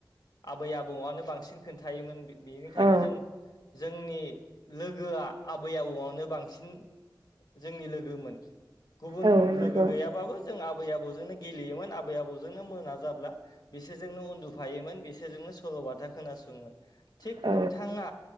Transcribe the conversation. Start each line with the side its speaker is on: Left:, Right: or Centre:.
Left: आबै आबौआनो बांसिन खोन्थायोमोन बि बेनिखायनो
Right: औ
Left: जों-जोंनि लोगोआ आबै आबौआनो बांसिन जोंनि लोगोमोन गुबुन
Right: औ नंगौ
Left: लोगो गैया बाबो जों आबै आबौजोंनो गेलेयोमोन आबै आबौजोंनो मोना जाब्ला बिसोरजोंनो उन्दुफायोमोन बिसोरजोंनो सल'बाथा खोनासङोमोन थिग
Right: औ
Left: नोंथाङा